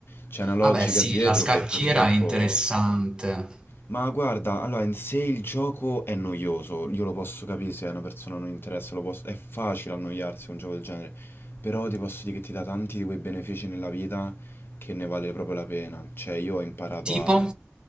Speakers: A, on the left (about 55°); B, on the right (about 20°).
A: c'è una logica
B: Vabbè, sì,
A: dietro
B: la scacchiera
A: che purtroppo...
B: è interessante.
A: Ma guarda, allora in sé il gioco è noioso, io lo posso capire se a una persona non interessa, lo posso- è facile annoiarsi con un gioco del genere, però ti posso dire che ti dà tanti di quei benefici nella vita che ne vale proprio la pena, cioè io ho imparato
B: Tipo,
A: a,